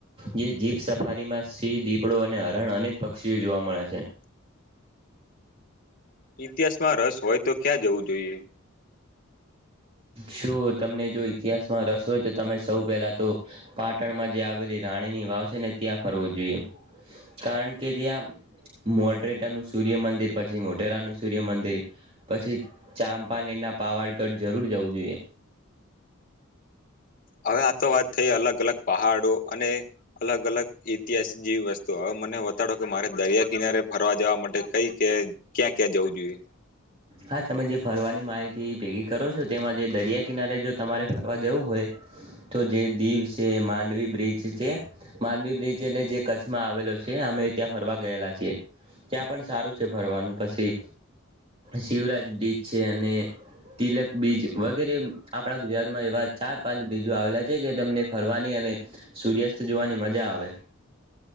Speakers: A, on the right; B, on the left.
A: જે જીપ સફારીમાં સિંહ દીપડો અને હરણ અનેક પક્ષીઓ જોવા મળે છે.
B: ઇતિહાસમાં રસ હોય તો ક્યાં જવું જોઈએ?
A: શું તમને જો ઇતિહાસમાં રસ હોય તો તમે સૌ પહેલાં તો પાટણમાં જે આવેલી રાણીની વાવ છે ને ત્યાં ફરવું જોઈએ કારણ કે ત્યાં મોઢરેટાનું સૂર્યમંદિર પછી મોઢરાનું સૂર્યમંદિર પછી ચાંપાનીનું પાવાડગઢ જરૂર જવું જોઈએ.
B: હવે આ તો વાત થઈ અલગ અલગ પહાડો અને અલગ અલગ ઇતિહાસિક જેવી વસ્તુ હવે મને બતાડો કે મારે દરિયા કિનારે ફરવા જવા માટે કઈ ક ક્યાં ક્યાં જવું જોઈએ.
A: હા તમે જે ફરવાની માહિતી ભેગી કરો છો તેમાં જે દરિયા કિનારે જો તમારે ફરવા જવું હોય. તો જે દીવ છે માંડવી બ્રિજ છે માંડવી બ્રિજ એટલે જે કચ્છમાં આવેલો છે અમે ત્યાં ફરવા ગયેલા છીએ ત્યાં પણ સારું છે ફરવાનું. પછી શિવરાજ બીચ છે અને તિલક બીજ વગેરે આપડા ગુજરાતમાં એવા ચાર પાંચ બીજો આવેલા છે જે તમને ફરવાની અને સૂર્યાસ્ત જોવાની મજા આવે.